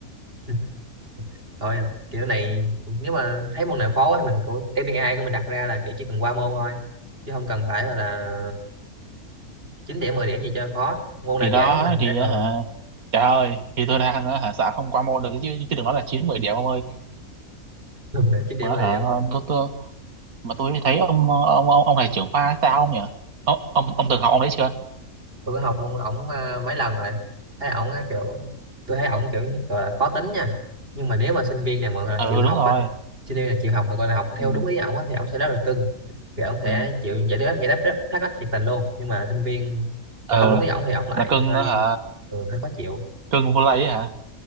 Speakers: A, on the right; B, on the right.
A: <laughs> thôi kiểu này nếu mà thấy môn nào khó quá thì mình của KPI của mình đặt ra là kiểu chỉ cần qua môn thôi chứ không cần phải gọi là 9 điểm 10 điểm gì cho khó môn nào
B: thì
A: dễ
B: đó
A: thì mình
B: thì
A: ra ờ
B: ờ, hả trời ơi thì tôi đang ờ, hả xạo không qua môn được chứ chứ đừng nói là chín mười điểm ông ơi
A: <laughs> chín điểm
B: mà
A: 10
B: hả
A: điểm luôn
B: tôi, tôi mà tôi thấy ông ờ, ông ông, ông thầy trưởng khoa sao không nhỉ ông ông ông từng học ông đấy chưa
A: tôi có học môn ổng à, mấy lần rồi thấy ổng á, kiểu tôi thấy ổng kiểu nhất là khó tính nha nhưng mà nếu mà sinh viên nào mà gọi là
B: ừ
A: chịu học
B: đúng rồi
A: á sinh viên là chịu học mà gọi là học theo
B: ừ
A: đúng ý ổng á thì ổng sẽ rất là cưng kiểu ổng sẽ
B: ừ
A: chịu giải đáp giải đáp rất thắc mắc nhiệt tình luôn nhưng mà sinh viên
B: ờ,
A: mà không đúng ý ổng thì ổng lại
B: là cưng
A: hơi
B: ờ, hả
A: ừ, hơi khó chịu
B: cưng vô lây ấy hả